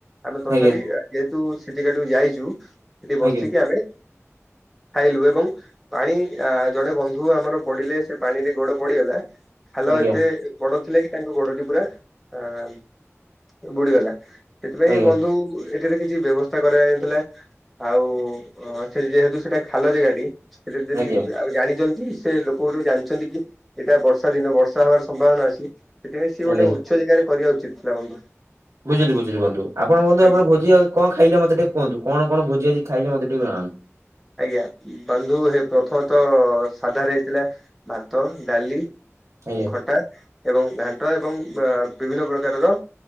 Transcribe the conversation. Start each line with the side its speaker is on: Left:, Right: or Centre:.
Centre: ଆମେ ତଥାପି
Right: ଆଜ୍ଞା
Centre: ଯେହେତୁ ସେଠିକାଠିକ ଯାଇଛୁ। ସେଠି ବସିକି
Right: ଆଜ୍ଞା
Centre: ଆମେ ଖାଇଲୁ ଏବଂ ପାଣି ଜଣେ ବନ୍ଧୁ ଆମର ପଡିଲେ, ସେ ପାଣିରେ ଗୋଡ ପଡିଗଲା। ଖାଲ
Right: ଆଜ୍ଞା
Centre: ଏତେ ବଡ ଥିଲା କି, ତାଙ୍କ ଗୋଡଟି ପୁରା ଅ ବୁଡିଗଲା। ସେଥିପାଇଁ
Right: ଆଜ୍ଞା
Centre: ବନ୍ଧୁ ଏଠାରେ କିଛି ବ୍ୟବସ୍ଥା କରାଯାଇଥିଲା। ଆଉ ସେ ଯେହେତୁ ସେଟା ଖାଲ ଜାଗାଟି ସେଥିରେ ଯଦି
Right: ଆଜ୍ଞା
Centre: ଆଉ ଜାଣିଛନ୍ତି ସେ ଲୋକ ଜାଣିଛନ୍ତି କି ଏଇଟା ବର୍ଷ ବର୍ଷା ଦିନ ବର୍ଷା ହବାର ସମ୍ଭାବନା ଅଛି ସେଥିପାଇଁ ସିଏ
Right: ଆଜ୍ଞା
Centre: ଗୋଟେ ଉଚ୍ଚ ଜାଗାରେ କରିବା ଉଚିତ ଥିଲା ବନ୍ଧୁ
Right: ବୁଝିଲି ବୁଝିଲି ବଧୁପଣନ୍ଧୁ
Centre: ଆଜ୍ଞା
Right: ଆପଣ ଭୋଜିଉ କଣ ଖାଇଲେ ମତେ ଟେ କୁହନ୍ତୁ କଣ କଣ ଭୋଜି ଖାଇଲେ ମତେ ଟେ ଜାଣୁ
Centre: ଆଜ୍ଞା ବନ୍ଧୁ ପ୍ରଥମତଃ ସାଧାରେ ହେଇଥିଲା। ଭାତ ଡାଲି
Right: ଆଜ୍ଞା
Centre: ଖଟା ଏବଂ ଘାଣ୍ଟ ଏବଂ ବିଭିନ୍ନ ପ୍ରକାରର